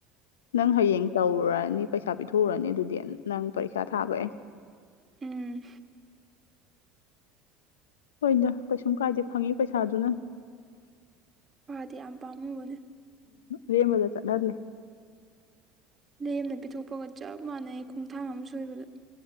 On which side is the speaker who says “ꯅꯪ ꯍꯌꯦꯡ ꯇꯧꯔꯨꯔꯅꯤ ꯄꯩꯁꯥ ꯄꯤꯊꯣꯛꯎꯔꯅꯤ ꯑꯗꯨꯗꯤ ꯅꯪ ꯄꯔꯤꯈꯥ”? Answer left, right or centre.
Left